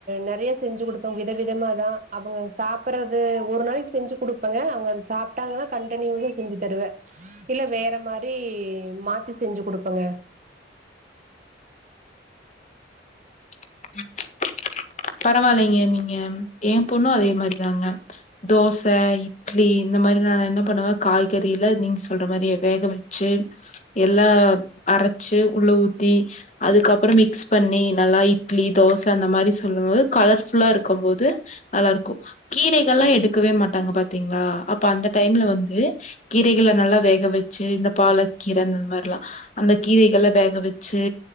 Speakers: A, on the right; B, on the left.
A: நெறைய செஞ்சு குடுப்பங் விதவிதமா இரு தா அவங்க சாப்புட்றது ஒரு நாளைக்கு செஞ்சு குடுப்பங்க அவங்க அது சாப்ட்டாங்கன்னா கண்டினியூஸா செஞ்சு தருவே இல்ல வேற மாரி மாத்தி செஞ்சு குடுப்பங்க
B: உம் பரவால்லெங்கெ நீங்கெ ஏ போண்ணு அதே மாரிதாங்க தோச இட்லி இந்த மாரி நா என்ன பண்ணுவே காய்கறில நீங்க சொல்ற மாரி வேக வச்சு எல்லா அரச்சு உள்ள ஊத்தி அதுக்கப்பறொ மிக்ஸ் பண்ணி நல்லா இட்லி தோச அந்த மாரி சொல்லும்போது கலர்ஃபுல்லா இருக்கம் போது நல்லாருக்கு கீரைகள்லா எடுக்கவே மாட்டாங்க பாத்திங்ளா அப்ப அந்த டைம்ல வந்து கீரைகள நல்லா வேக வச்சு இந்த பாலக்கீர அந் அந்த மாரிலா அந்த கீரைகள வேக வெச்சு